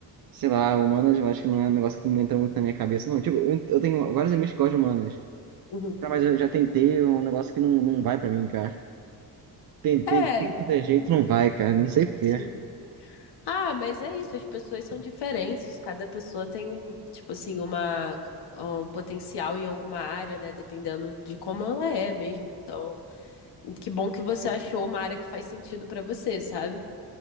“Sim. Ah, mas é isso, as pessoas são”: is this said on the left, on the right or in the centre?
Left